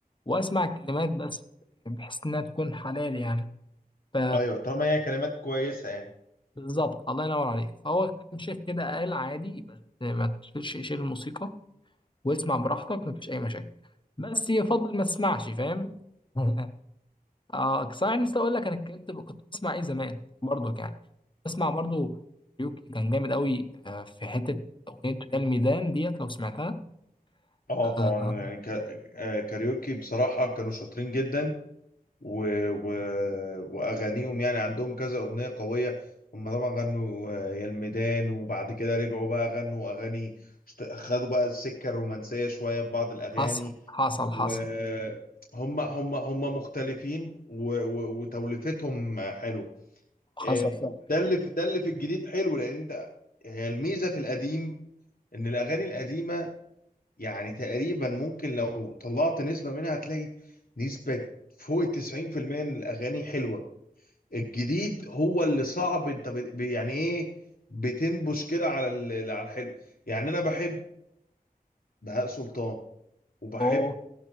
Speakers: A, on the left (about 30°); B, on the left (about 70°).
A: وأسمع الكلمات بس بحيث إنها تكون حلال يعني ف
B: ايوه طالما هي كلمات كويسة يعني
A: بالظبط الله ينور عليك فهو كان شيخ كده قال عادي بس ما تشيلش شيل الموسيقى واسمع براحتك مفيش أي مشاكل بس يفضل ما تسمعش فاهم <laughs> اه صحيح نسيت اقول لك انا كنت كنت بسمع ايه زمان برضو يعني بسمع برضو يوكي كان جامد قوي آه، في حته اغنيه يا الميدان ديت لو سمعتها
B: اه
A: آه،
B: طبعا يعني ك... آه، كاريوكي بصراحة كانوا شاطرين جدا و... و... واغانيهم يعني عندهم كذا اغنيه قويه هم طبعا غنوا آه، يا الميدان وبعد كده رجعوا بقى غنوا اغاني اشت- خدوا بقى السكه الرومانسيه شويه في بعض الاغاني
A: حصل حصل
B: وهم
A: حصل
B: هم هم مختلفين و... و... وتوليفتهم حلوه
A: حصل
B: آه،
A: صح
B: ده اللي في ده اللي في الجديد حلو لان انت هي الميزه في القديم ان الاغاني القديمه يعني تقريبا ممكن لو طلعت نسبه منها هتلاقي نسبه فوق ال 90% من الاغاني حلوه الجديد هو اللي صعب انت بت- ب- يعني ايه بتنبش كده على ال- على الحلو يعني انا بحب بهاء سلطان وبحب
A: اه